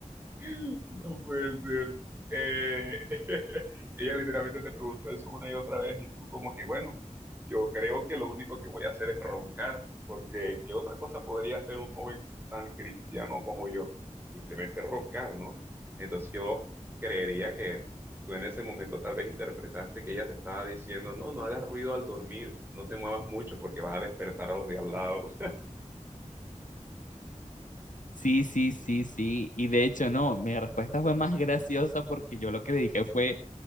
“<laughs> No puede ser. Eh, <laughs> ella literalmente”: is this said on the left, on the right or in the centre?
Right